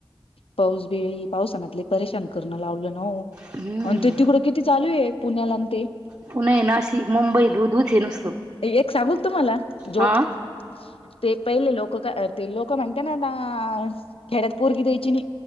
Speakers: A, on the left (about 85°); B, on the right (about 35°).
A: पाऊस बिळी पावसानातले परेशान करणं लावलं न..
B: हम्म
A: आणि ते तिकडं किती चालू आहे पुण्याला आणि ते...
B: पुणे, नाशिक, मुंबई दूधूच नुसतं
A: एक सांगू का तुम्हाला जोक
B: हा...
A: ते पहिले लोक ते लोकं म्हणते ना आता खेड्यात पोरगी द्यायची नाही...